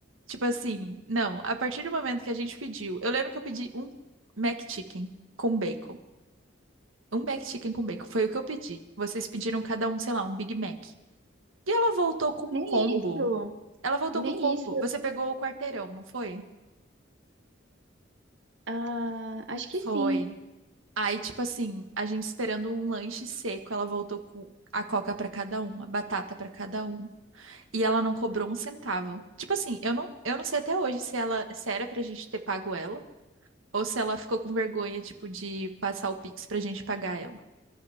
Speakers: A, on the right (about 85°); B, on the right (about 65°).
A: tipo assim, não, a partir do momento que a gente pediu, eu lembro que eu pedi um McChicken com bacon. Um McChicken com bacon, foi o que eu pedi. Vocês pediram cada um, sei lá, um Big Mac. E ela voltou com
B: Nem
A: um combo.
B: isso,
A: Ela voltou
B: nem
A: com o combo.
B: isso.
A: Você pegou o quarteirão, não foi?
B: Ah, acho que
A: Foi.
B: sim.
A: Aí, tipo assim, a gente esperando um lanche seco, ela voltou com a coca pra cada um, a batata pra cada um, e ela não cobrou um centavo. Tipo assim, eu não, eu não sei até hoje se ela, se era pra gente ter pago ela, ou se ela ficou com vergonha, tipo, de passar o Pix pra gente pagar ela.